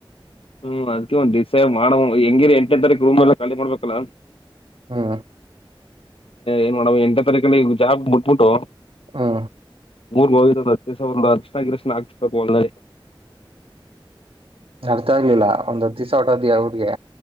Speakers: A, on the left; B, on the right.
A: ಹ್ಮ್ ಅದಕ ಒಂದ ದಿವ್ ಮಾಡ ಹೆಂಗಿರಿ ಎಂಟ ಎಂ ತಾರೀಕು ರೂಮ್ ಎಲ್ಲ ಖಾಲಿ ಮಾಡ್ಬೇಕಲ್ಲ
B: ಹಾ
A: ಏನ್ ಮಾಡೋಡ ಎಂಟೇ ತಾರೀಕಲ್ಲಿ ಜಾ ಬಿಟ್ಬಿಟ್ಟು
B: ಹಾ
A: ಮೂರ್ ಮವಿಿದ ಅತ್ಯಾಸ ಒಂದ ಅರ್ಶನರಕ್ಷಣ ಆಕ್ಿಸ್ಬೇಕು ಒಂದೇ
B: ಅರ್ಥ ಆಗ್ಲಿಲ್ಲ ಒಂದ ದಸ ಹೊಟೋದಿಯಾ ಅವ್ರಿಗೆ